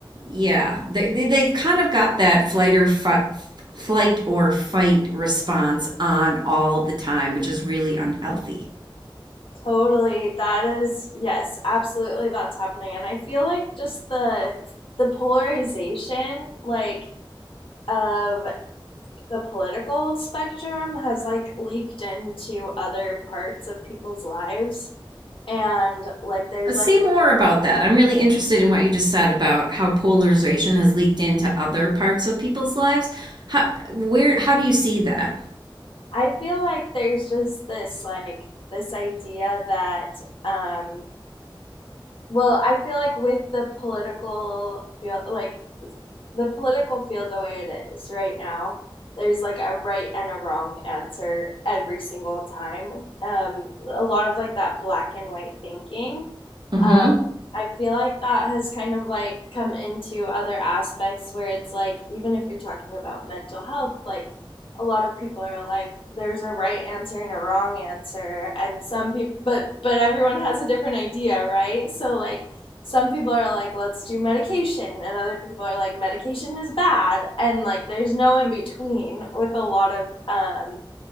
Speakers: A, on the right (about 55°); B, on the left (about 80°).
A: yeah they, they they've kind of got that flight or fi- flight or fight response on all the time which is really unhealthy
B: totally that is yes absolutely that's happening and i feel like just the the polarization like of the political spectrum has like leaked into other parts of people's lives and like there's
A: Uh, say
B: like the,
A: more about that i'm really interested in what you just said about how polarization has leaked into other parts of people's lives how where how do you see that
B: I feel like there's just this like this idea that um well, I feel like with the political field, like the political field the way it is right now, there's like a right and a wrong answer every single time. Um, a lot of like that black and white thinking.
A: mm-hmm
B: Um, I feel like that has kind of like come into other aspects where it's like, even if you're talking about mental health, like a lot of people are like there's a right answer and a wrong answer and some people but but everyone has a different idea right so like some people are like let's do medication and other people are like medication is bad and like there's no in between with a lot of um